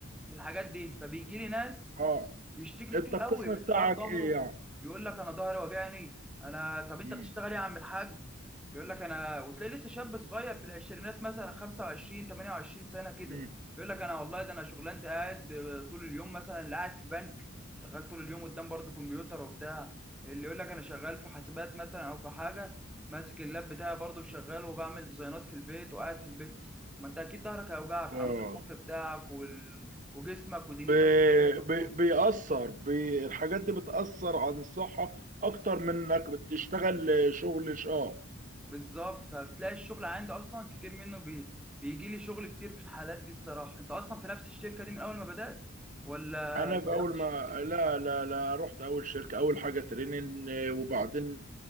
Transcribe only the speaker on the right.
اه
انت
القسم
بتاعك
ايه يعني
مم.
مم.
اه
ب...
ب... بيأثر بي... الحاجات دي بتأثر عن الصحة أكتر من إنك بتشتغل شغل شاق
أنا
في أول
ما لا لا لا رحت أول شركة أول حاجة تريننج وبعدين